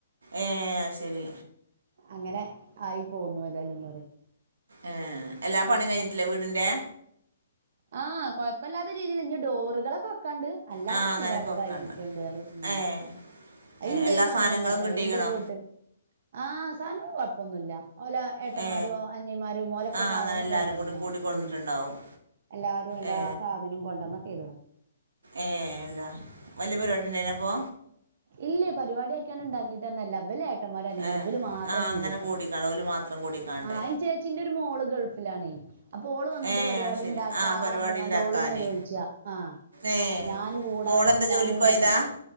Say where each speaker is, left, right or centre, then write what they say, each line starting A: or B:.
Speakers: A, on the right (about 85°); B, on the right (about 55°).
A: ഏഹ് അത് ശരി
B: അങ്ങനെ ആയി പോന്നു എതാലും <unintelligible>
A: ഏഹ് എല്ലാ പണിം കയ്ഞ്ഞിട്ടില്ലേ വീടിന്റെ
B: ആഹ് കൊയപ്പല്ലാത്ത രീതീല് ഇഞ്ഞ് ഡോറുകളൊക്കെ വെക്കാണ്ട് അല്ലാത്ത
A: ആ
B: പണികളൊക്കെ
A: അങ്ങനൊക്കെ വെക്കണ്ട്
B: കഴിഞ്ഞിട്ടുണ്ട് പറയ ഉം
A: ഏ
B: അയിൻ്റെനും
A: ഏ എല്ലാ സാധനങ്ങളും
B: അങ്ങനെന്നെട്ടോ
A: കിട്ടിക്കണോ
B: ഇൻ്റെ വീട്ടില് ആഹ് സാനും കൊഴപ്പൊന്നുല്ല ഓലാ ഏട്ടന്മാരും
A: ഏ
B: അനിയന്മാരും ഓലൊക്കെ
A: ആ
B: സാധനൊക്കെ
A: അങ്ങനെ എല്ലാരും
B: കൊണ്ടന്ന
A: കൂടി കൂട്ടിക്കൊടുന്നിട്ടുണ്ടാവും
B: <unintelligible> ഉം എല്ലാരും എല്ലാ
A: ഏ
B: സാധനും കൊണ്ടന്നൊക്കെയ്തു
A: ഏഹ് എല്ല വല്യ പരിപാടി ഇണ്ടായ്നൊ അപ്പോ
B: ഇല്ലേ പരിപാടിയാക്യാണ്ട് ഇണ്ടാക്കീട്ടെന്നെല്ല ഇവല് ഏ ട്ടൻമാരും അനിയന്മാരും
A: ഏ
B: ഇവല് മാത്രം
A: ആ
B: കൂടിയട്ടാണ്
A: അങ്ങനെ കൂടിക്കാണ്ട് ഓല് മാത്രം കൂടിക്കാണ്ട്
B: ആഹ് അയ്ന് ചേച്ചിന്റെ ഒരു മോള് ഗൾഫിലാണെ അപ്പൊ ഓള് വന്നിട്ട്
A: ഏ
B: പരിപാടി
A: ശരി
B: ണ്ടാക്കാർഞ്ഞ്ക്കാണ്ട്
A: ആ പരിപാടി ഉണ്ടാക്കാന്
B: ഓള് നെലോൾചാ ആഹ
A: ഏ
B: ഞാന് കൂടാതെത്താണ്
A: മോളെന്താ ജോലിക്ക് പോയതാ
B: ന്നൊക്കെ ർഞ്ഞ്